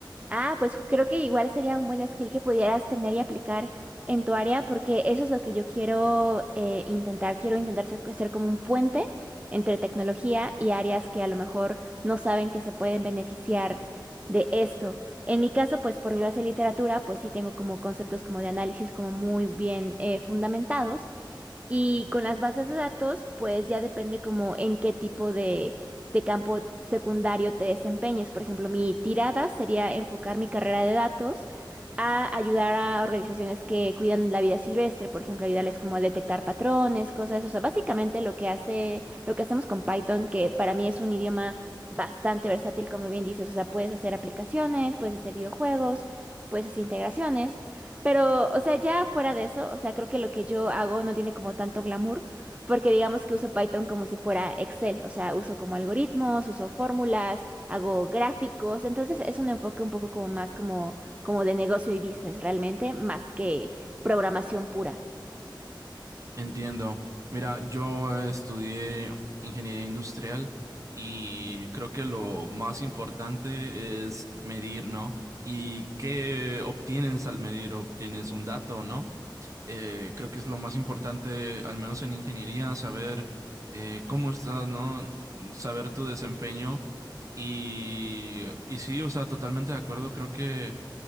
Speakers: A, on the right; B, on the right.
A: Ah, pues ju- creo que igual sería un buen skill que pudieras tener y aplicar en tu área, porque eso es lo que yo quiero eh, intentar. Quiero intentar ser, ser como un puente entre tecnología y áreas que a lo mejor no saben que se pueden beneficiar de esto. En mi caso, pues por mi base de literatura, pues sí tengo como conceptos como de análisis como muy bien eh, fundamentados, y con las bases de datos, pues ya depende como en qué tipo de, de campo secundario te desempeñes. Por ejemplo, mi tirada sería enfocar mi carrera de datos a ayudar a organizaciones que cuidan la vida silvestre, por ejemplo, ayudarles como a detectar patrones, cosas, o sea, básicamente lo que hace, lo que hacemos con Python, que para mí es un idioma bastante versátil, como bien dices, o sea, puedes hacer aplicaciones, puedes hacer videojuegos, puedes hacer integraciones. Pero, o sea, ya fuera de eso, o sea, creo que lo que yo hago no tiene como tanto glamour, porque digamos que uso Python como si fuera Excel, o sea, uso como algoritmos, uso fórmulas, hago gráficos, entonces es un enfoque un poco como más como, como de negocio y business realmente, más que programación pura.
B: Entiendo. Mira, yo estudié ingeniería industrial y creo que lo más importante es medir, ¿no? ¿Y qué obtienes al medir? Obtienes un dato, ¿no? eh, creo que es lo más importante, al menos en ingeniería, saber eh, cómo estás, ¿no? Saber tu desempeño. Y, y sí, o sea, totalmente de acuerdo. Creo que